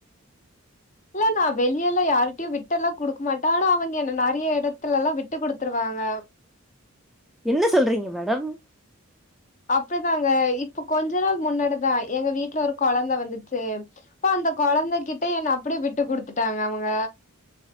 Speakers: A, on the left; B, in the centre.
A: இல்ல நா வெளியெல்லா யாருட்டயு விட்டெல்லா குடுக்க மாட்டே ஆனா அவங்க என்ன நெறைய எடத்துலல்லா விட்டுக் குடுத்துருவாங்க
B: என்ன சொல்றிங்க மேடம்
A: அப்டிதாங்க இப்ப கொஞ்ச நாள் முன்னாடிதா எங்க வீட்ல ஒரு கொழந்த வந்துச்சு அப்ப அந்த கொழந்தைகிட்ட என்ன அப்டிய விட்டுக் குடுத்துட்டாங்க அவங்க